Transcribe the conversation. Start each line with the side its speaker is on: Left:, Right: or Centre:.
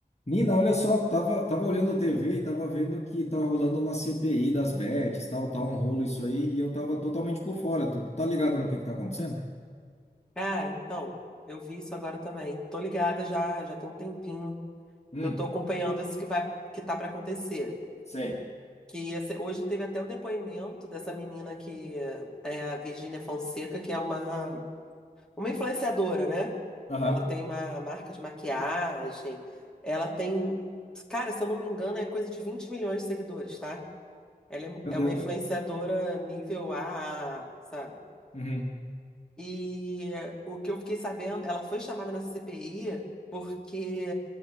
Left: Nina, olha só, tava, tava olhando TV e tava vendo que tá rolando uma CPI das bets, tal, tá um rolo isso aí, e eu tava totalmente por fora. Tu tá ligado no que que tá acontecendo?
Centre: Cara, então, eu vi isso agora também. Tô ligada já, já tem um tempinho
Left: Hum,
Centre: que eu tô acompanhando isso que vai, que tá pra acontecer.
Left: sei.
Centre: Que esse- hoje teve até o depoimento dessa menina que é a Virgínia Fonseca, que é uma, uma influenciadora, né?
Left: Aham.
Centre: Ela tem uma marca de maquiagem, ela tem, cara, se eu não me engano, é coisa de 20 milhões de seguidores, tá? Ela
Left: Meu
Centre: é, é
Left: Deus.
Centre: uma influenciadora nível a, A, sabe?
Left: Uhum.
Centre: E o que eu fiquei sabendo, ela foi chamada nessa CPI porque